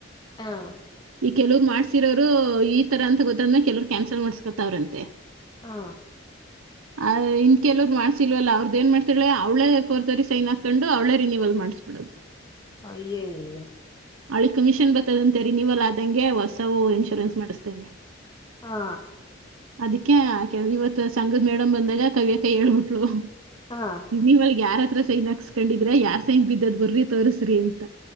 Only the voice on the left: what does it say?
ಹ
ಹಾ.
ಅಯ್ಯಯ್ಯ.
ಹಾ.
ಹಾ